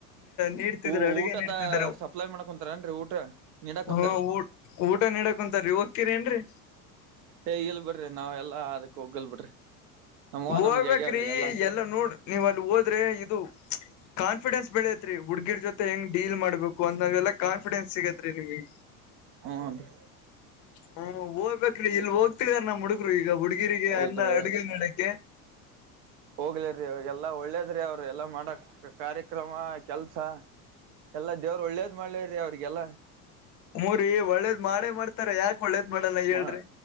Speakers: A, on the left (about 40°); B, on the right (about 60°).
A: ನೀಡ್ತಿದ್ದಾರೆ
B: ಊ
A: ಅಡುಗೆ
B: ಊಟದ
A: ನೀಡ್ತಿದ್ದಾರೆ
B: ಸಪ್ಲೈ ಮಾಡಕೊಂತಾರನ್ರಿ ಊಟ ನೀಡಾಕ್ ಕುಂತಾರಿ
A: ಹ ಊ ಊಟ ನಕ್ <inaudible> ಕುಂತಾರೀ ಹೋಗ್ತೀರಿ ಏನ್ರರಿ
B: ಹೇ ಇಲ್ ಬಿಡ್ರಿ ನಾವ್ ಎಲ್ಲ ಅದಕ್ ಹೋಗ್ಲ್ ಬಿಡ್ರಿ ನಮ್ಮವ
A: ಹೋಗ್ಬೇಕ್ರಿ
B: ನಮಗ್ ಆಗ್ಯಾವ್ರಿ ಎಲ್ಲಾ
A: ಎಲ್ಲ ನೋಡ್ ನೀವ್ ಅಲ್ಲಿ ಹೋದ್ರೆ ಇದು ಕನ್ ಕಾನ್ಫಿಡೆನ್ಸ್ ಬೆಳೆಯತ್ರಿ ಹುಡ್ಗಿಡ್ ಜೊತೆ ಹೆಂಗ್ ಡೀಲ್ ಮಾಡ್ಬೇಕು ಅಂದಾವೆಲ್ಲ ಕಾನ್ಫಿಡೆನ್ಸ್ ಸಿಗತ್ ರೀ ನಿಮಗೆ.
B: ಹ್ಮ ರೀ
A: ಹು ಹೋಗ್ಬೇಕ್ರಿ ಇಲ್ ಹೋಗ್ತಿದಾರ ನಮ್ಮ ಹುಡುಗ್ರು. ಈಗ ಹುಡುಗಿರಿಗೆ
B: ಹೌದ್ರಿ
A: ಅನ್ನ ಅಡುಗೆ ಮಾಡಕ್ಕೆ.
B: ಹೋಗ್ಲಿರಿ ಎಲ್ಲಾ ಒಳ್ಳೇದ್ರಿ ಅವ್ರರು ಎಲ್ಲಾ ಮಾಡಕ್ ಕಾರ್ಯ. ಕ್ರಮ ಕೆಲ್ಸ ಎಲ್ಲಾ ದೇವ್ರು ಒಳ್ಳೇದ ಮಾಡ್ಲಿರಿ ಅವ್ರಿಗೆಲ್ಲ.
A: ಹೂ ರಿ ಒಳ್ಳೇದ್ ಮಾಡೇ ಮಾಡ್ತಾರ ಯಾಕ. <unintelligible> ಮಾಡಲ್ಲ ಹೇಳ್ರಿ
B: ಮಾ